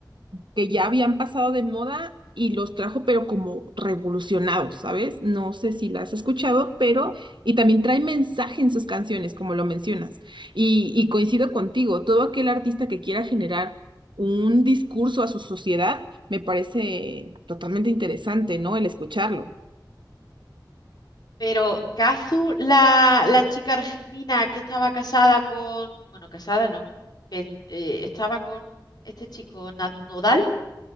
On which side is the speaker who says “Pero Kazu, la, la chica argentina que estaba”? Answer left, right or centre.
Left